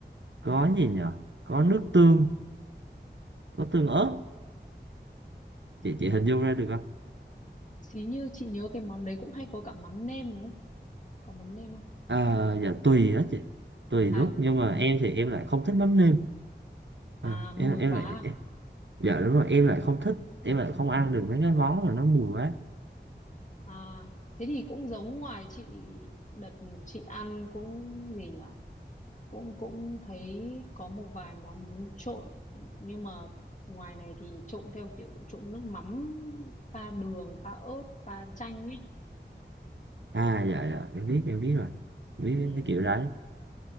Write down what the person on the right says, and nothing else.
có gì nhở có nước tương có tương ớt chị chị hình dung ra được không
à, dạ tùy đó chị tùy
lúc nhưng mà em thì em lại không thích mắm nêm à,
em em
lại
dạ đúng rồi em lại không thích em lại không ăn được mấy cái món mà nó mùi quá
à dạ dạ em biết em biết rồi em
biết cái kiểu đấy